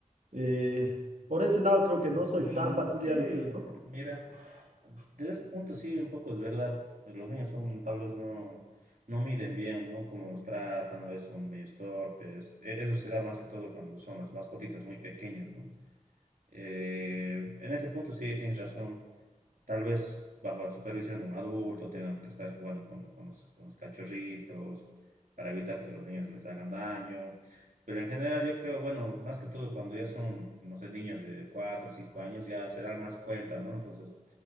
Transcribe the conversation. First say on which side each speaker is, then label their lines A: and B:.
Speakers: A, on the right; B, on the right.
A: eh, por ese lado creo que no soy
B: Mm,
A: tan partidario,
B: sí,
A: creo, ¿no?
B: mira, desde ese punto sí, un poco es verdad. Los niños son, tal vez no, no miden bien, ¿no? Cómo los tratan, a veces son medio torpes. E- Eso se da más que todo cuando son las mascotitas muy pequeñas, ¿no? Eh, en ese punto sí, tienes razón tal vez bajo la supervisión de un adulto tengan que estar jugando con, con los, con los cachorritos para evitar que los niños les hagan daño. Pero en general yo creo, bueno, más que todo cuando ya son, no sé, niños de 4 o 5 años ya se dan más cuenta, ¿no? Entonces